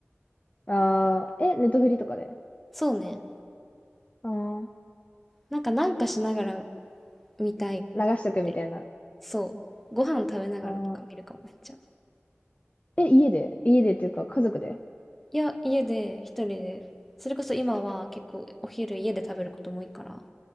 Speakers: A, on the left; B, in the centre.
A: あ、え、ネットフリとかで
B: そうね。
A: ああ
B: なんかなんかしながら見たい
A: ー、流しとくみたいな。
B: ってそう。ご飯食べながらとか見るかもめっちゃ。
A: ああ。え、家で家でっていうか、家族で
B: いや、家で一人で、それこそ今は結構お昼家で食べることも多いから、